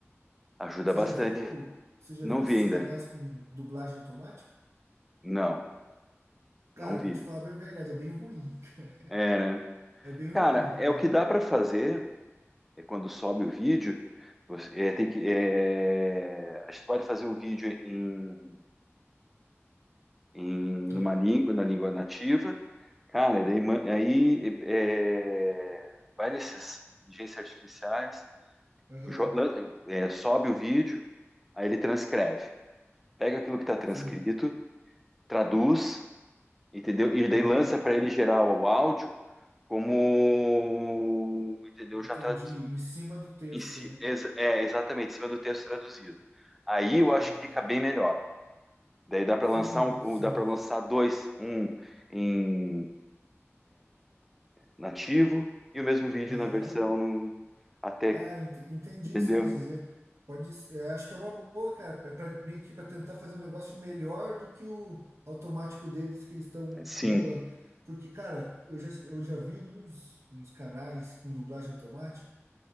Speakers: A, in the centre; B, on the right (about 75°).
A: Ajuda
B: Você
A: bastante.
B: já viu, você já
A: Não
B: viu
A: vi
B: esses
A: ainda.
B: canais com dublagem automática?
A: Não,
B: Cara,
A: não vi.
B: vou te falar bem a verdade, é bem ruim. <laughs>
A: É, né?
B: É bem ruim.
A: Cara, é o que dá para fazer é quando sobe o vídeo. Você, é, tem que, é, a gente pode fazer o vídeo em em
B: Ah,
A: uma língua, na língua nativa. Cara, e daí, ma- aí é, vai nesses inteligências artificiais,
B: Aham,
A: jo- lan- é, sobe o vídeo, aí ele transcreve. Pega aquilo que está transcrito,
B: sim,
A: traduz, entendeu? E
B: aham,
A: daí lança para ele gerar o áudio como, entendeu?
B: entendi.
A: Já traduzido.
B: Em cima do texto,
A: Em ci-
B: né?
A: ex- é, exatamente, em cima do texto traduzido. Aí
B: Ah,
A: eu acho que fica bem melhor. Daí dá para
B: sim,
A: lançar um, um-
B: sim,
A: dá para lançar dois, um em nativo e o mesmo vídeo
B: aham.
A: na versão num- até,
B: Ah, ent- entendi
A: entendeu?
B: o que você quis dizer. Pode, s- é, acho que é uma boa, cara, é pra, meio que para tentar fazer um negócio melhor do que o automático deles que eles estão
A: Sim.
B: bolando. Porque, cara, eu já, es- eu já vi uns, uns canais com dublagem automática.